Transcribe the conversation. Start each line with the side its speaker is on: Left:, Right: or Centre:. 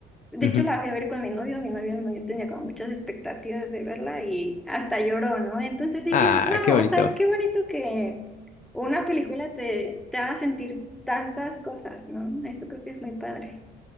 Centre: De
Left: ujú.
Centre: hecho, la fui a ver con mi novio, mi novio no yo tenía como muchas expectativas de verla y hasta lloró, ¿no? Entonces dije,
Left: Ah,
Centre: wow,
Left: qué bonito.
Centre: o sea, qué bonito que una película te, te haga sentir tantas cosas, ¿no? Esto creo que es muy padre.